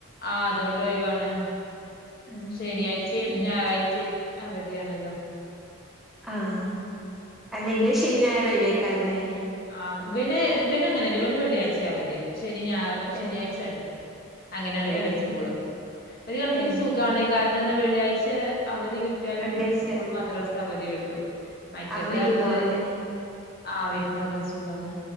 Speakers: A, on the left; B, in the centre.
A: ആഹ, അതോണ്ട് ഒഴിവാണ്
B: ആഹ്
A: ശനിയായ്ച്ചിം
B: ഇനി
A: ഞായറായ്ച്ചിം. അവധിയാണല്ലോ.
B: ആഹ, അല്ലെങ്കില് ശനീം ഞായറും ഒയവൈക്കാരംല്ലേ?
A: ആഹ്, ഇവന് ഇവനങ്ങനല്ല. ഇവന് വെള്ളിയാഴ്ചെ അവധി. ശനിം ഞായറും ശനിയാഴ്ചഇണ്ട്.
B: ഏഹ്
A: അങ്ങനെയാണ് ഇവരെ
B: ഏഹ്
A: സ്കൂള്. ഒരു കണക്കിന്
B: ഏഹ്
A: സുകാണ്. കാരണം എന്നാൽ വെള്ളിയാഴ്ച അവധി. കിട്ട്യാല്
B: വെള്ളിയാഴ്ച
A: നമുക്ക് സ്കൂൾ മദ്രസ അവധി കിട്ടു. മറ്റേത്
B: അപ്പൊ വിരുന്ന്
A: അറഞ്ഞത്
B: പോവാല്ലേ
A: ആ വിരുന്നു. സുഖ സുഗാണ്